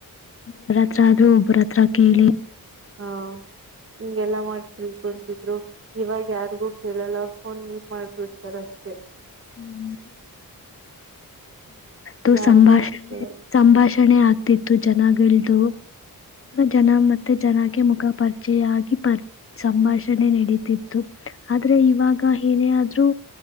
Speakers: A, on the left; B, on the right.
A: ಒಬರತ್ರ ಆದ್ರೂ ಒಬ್ಬರತ್ರ ಕೇಳಿ
B: ಹಾ ಹಿಂಗೆಲ್ಲಾ ಮಾಡ್ ತಿನ್ಕೊಂತಿದ್ರು ಇವಾಗ ಯಾರಿಗೂ ಕೇಳಲ್ಲ ಫೋನ್ ಮಾಡ್ಬಿಡ್ತಾರ ಅಷ್ಟೇ
A: ಹ್ಮ ಅದು
B: ಯಾರಿಗೂ
A: ಸಂಭಾಷಣೆ
B: ಇ
A: ಸಂಭಾಷಣೆ ಆಗ್ತಿತ್ತು ಜನಗಳ್ದು ಜನ ಮತ್ತೆ ಜನಕ್ಕೆ ಮುಖ ಪರಿಚೆಯಾಗಿ ಪರ್ ಸಂಭಾಷಣೆ ನೆಡೀತಿತ್ತು ಆದ್ರೆ ಇವಾಗ ಏನೇ ಆದ್ರೂ